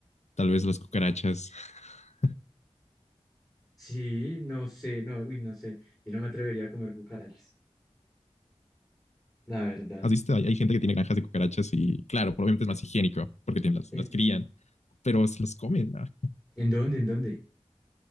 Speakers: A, on the left; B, in the centre.
A: tal vez las cucarachas. <laughs>
B: Sí, no sé, no, uy, no sé. Yo no me atrevería a comer cucarachas, la verdad.
A: ¿Has visto? Hay, hay gente que tiene granjas de cucarachas y claro, probablemente es más higiénico porque tienen, las,
B: ¿En,
A: las crían, pero se las comen. ah,
B: en dónde? ¿En dónde?